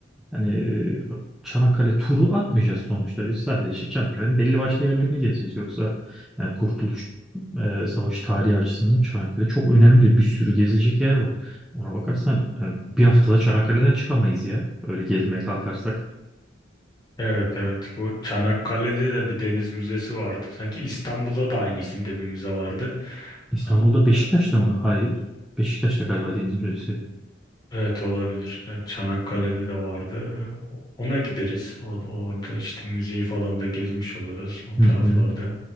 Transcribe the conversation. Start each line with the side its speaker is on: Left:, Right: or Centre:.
Centre: Hani e, Çanakkale turu atmayacağız sonuçta. Biz sadece işte Çanakkale'nin belli başlı yerlerini gezeceğiz. Yoksa e, Kurtuluş e, Savaşı tarihi açısından Çanakkale çok önemli. Bir sürü gezilecek yer var. Ona bakarsan e, bir haftada Çanakkale'den çıkamayız ya. Öyle gezmeye kalkarsak.
Left: evet evet. Bu Çanakkale'de de bir deniz müzesi vardı. Sanki İstanbul'da da aynı isimde bir müze vardı.
Centre: İstanbul'da
Left: Ama
Centre: Beşiktaş'ta mı? Hayır. Beşiktaş'ta galiba Deniz Müzesi.
Left: Evet olabilir. Yani Çanakkale'de de vardı. Ee, Ona gideriz. O, orada işte müzeyi falan da gezmiş oluruz o taraflarda.
Centre: Hı hı.